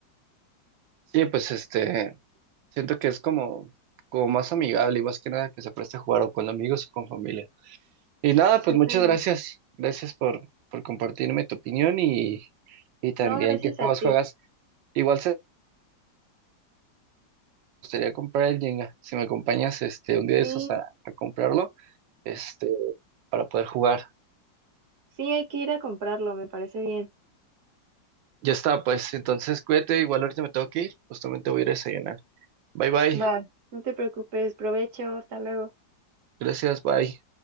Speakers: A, on the right (about 85°); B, on the right (about 60°).
A: Sí, pues este, siento que es como, como más amigable y más que nada que se preste a jugar o con amigos o con familia. Y nada,
B: Exactamente.
A: pues muchas gracias. Gracias por, por compartirme tu opinión y, y también
B: No, gracias
A: qué juegos
B: a ti.
A: juegas. Igual se gustaría comprar el Jenga. Si me acompañas este, un día de
B: Sí,
A: esos a, a comprarlo, este, para poder jugar.
B: sí hay que ir a comprarlo, me parece bien.
A: Ya está, pues entonces cuídate, igual ahorita me tengo que ir, justamente voy a ir a desayunar. Bye bye,
B: Va, no te preocupes, provecho, hasta luego.
A: gracias, bye.